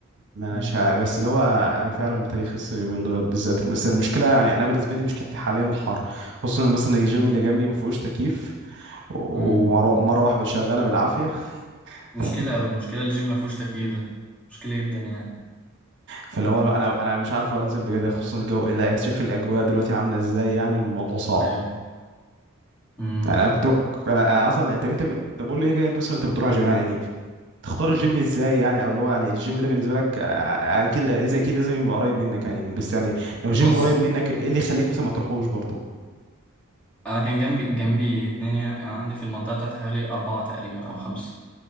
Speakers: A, on the right; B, in the centre.
A: ما انا
B: مم.
A: شا... بس اللي هو انا فعلا محتاج اخس اليومين دول بالذات بس المشكله يعني انا بالنسبه لي مشكلتي حاليا الحر خصوصا مثلا الجيم اللي جنبي ما فيهوش تكييف ومره
B: مم.
A: مره واحده شغاله بالعافيه
B: مشكلة
A: <laughs>
B: اوي مشكلة الجيم ما فيهوش تكييف ده مشكلة جدا يعني
A: فاللي هو انا انا مش عارف انزل بجد خصوصا الجو الا انت شايف الاجواء دلوقتي عامله ازاي يعني الموضوع صعب
B: ايوه مم.
A: يعني انا كنت انا أنا اصلا طب انت ب... طب قول لي كده انت مثلا انت بتروح جيم يعني إيه؟ تختار الجيم ازاي يعني او اللي هو يعني الجيم ده بالنسبه لك آه، آه، اكيد اذا اكيد لازم يبقى قريب منك يعني بس يعني لو جيم
B: بص
A: قريب منك ايه اللي يخليك مثلا ما تروحوش برضه
B: انا كان جنبي جنبي اتنين هنا كان عندي في المنطقه بتاعتي حوالي اربعه تقريبا او خمسه